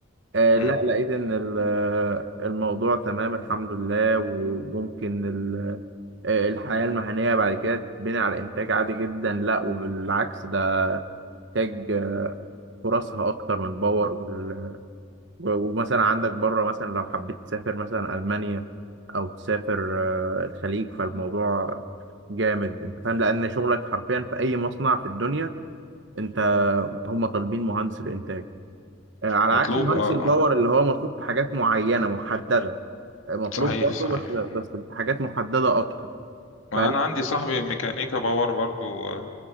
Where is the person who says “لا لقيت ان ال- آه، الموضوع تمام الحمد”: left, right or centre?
Right